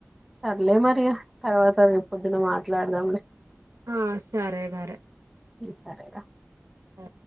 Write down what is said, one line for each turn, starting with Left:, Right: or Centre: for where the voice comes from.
Centre: సర్లే మరి తర్వాత రేపు పొద్దున మాట్లాడదాంలే
Right: ఆ సరే వరే
Centre: సరే రా
Right: ఆ